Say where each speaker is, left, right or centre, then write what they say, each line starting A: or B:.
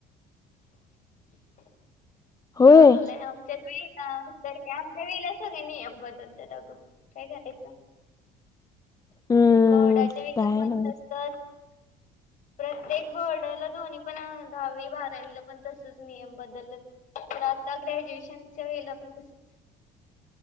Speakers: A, on the left; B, on the left.
A: <inaudible>
B: होय
A: चांगलंय आमच्या वेळे तर काय आमच्या वेला सग्या नियम बद्दल त्यातआग काय करायचं.
B: हम्म
A: बर्डाच्या वेळेला
B: काय
A: पण
B: नव्ह
A: तसच. प्रत्येक बोर्डाला दोनी पण दहावी बारावीला पण तसच नियम बद्दल तर आता ग्रॅज्युएशनच्या वेळेला पण तसच.